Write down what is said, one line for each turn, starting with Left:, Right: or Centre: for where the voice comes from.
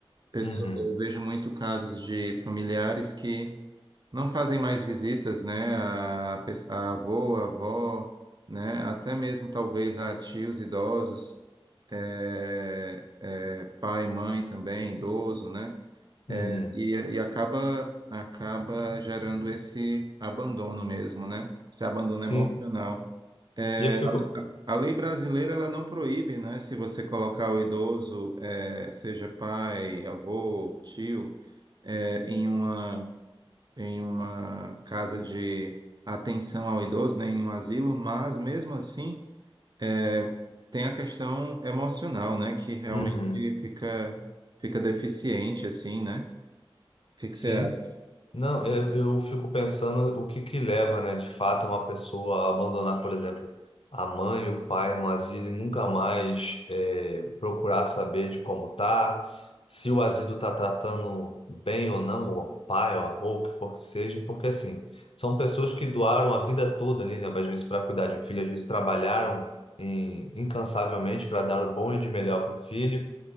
Right: Pessoa-
Left: uhum,
Right: Eu vejo muito casos de familiares que não fazem mais visitas, né, a, pe- a avô, a avó, né, até mesmo talvez a tios idosos, é, é, pai, mãe também, idoso, né, é,
Left: uhum.
Right: E, e acaba acaba gerando esse abandono mesmo, né? Esse abandono
Left: Sim,
Right: emocional. É,
Left: e eu fico.
Right: a, a lei brasileira ela não proíbe, né? Se você colocar o idoso, é, seja pai, avô, tio, é, em uma em uma casa de atenção ao idoso, né? Em um asilo, mas mesmo assim é, tem a questão emocional, né? Que realmente
Left: Uhum,
Right: fica fica deficiente, assim, né? O que que
Left: sim.
Right: você acha
Left: Não, eu, eu fico pensando o que que leva, né, de fato, uma pessoa a abandonar, por exemplo, a mãe e o pai no asilo e nunca mais eh, procurar saber de como tá, se o asilo está tratando bem ou não, o pai, o avô, o que for que seja, porque assim, são pessoas que doaram a vida toda ali, né, às vezes para cuidar de um filho, às vezes trabalharam em- incansavelmente para dar o bom e de melhor para o filho.